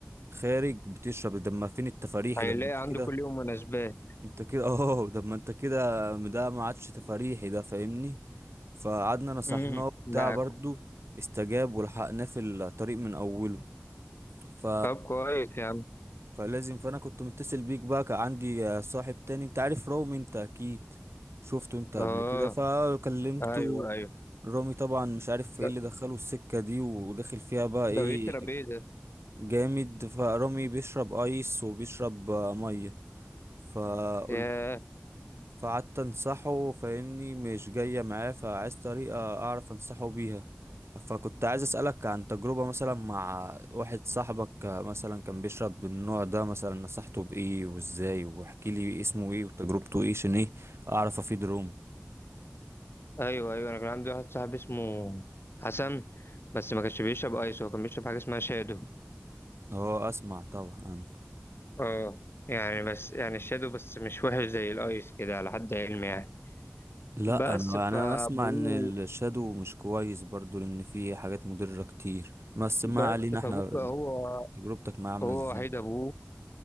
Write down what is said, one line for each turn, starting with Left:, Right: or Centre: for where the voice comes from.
Right: خارج بتشرب ده ما فين التفاريحي
Left: هيلاقي
Right: ده ما انت
Left: عنده
Right: كده
Left: كل يوم مناسبات
Right: انت كده <laughs> اه ده ما انت كده ده ما عادش تفاريحي ده فاهمني فقعدنا نصحناه
Left: امم
Right: وبتاع
Left: ده
Right: برضو استجاب ولحقناه في الطريق من اوله ف
Left: طب كويس يا عم
Right: فلازم فانا كنت متصل بيك بقى كان عندي آه، صاحب تاني انت عارف رامي انت اكيد شفته انت قبل
Left: اه
Right: كده فكلمته
Left: ايوه ايوه
Right: رامي طبعا مش عارف
Left: ده
Right: ايه اللي دخله السكة دي وداخل فيها بقى ايه
Left: ده بيشرب ايه ده
Right: جامد فرامي بيشرب ايس وبيشرب آه، مية فقلت
Left: ياه
Right: فقعدت انصحه فاهمني مش جاية معاه فعايز طريقة اعرف انصحه بيها فكنت عايز اسألك عن تجربة مثلا مع واحد صاحبك مثلا كان بيشرب بالنوع ده مثلا نصحته بايه وازاي واحكي لي اسمه ايه وتجربته ايه عشان ايه اعرف افيد رومي
Left: ايوه ايوه انا كان عندي واحد صاحبي اسمه حسن بس ما كانش بيشرب ايس هو كان بيشرب حاجه اسمها شادو
Right: اه اسمع طبعا عنه
Left: اه يعني بس يعني الشادو بس مش وحش زي الايس كده على حد علمي يعني
Right: لا
Left: بس
Right: انا
Left: فابوه
Right: يعني انا اسمع ان الشادو مش كويس برضو لان فيه حاجات مضرة كتير بس
Left: بس
Right: ما علينا احنا
Left: فابوه بقى هو
Right: تجربتك معاه عاملة
Left: هو
Right: ازاي
Left: وحيد ابوه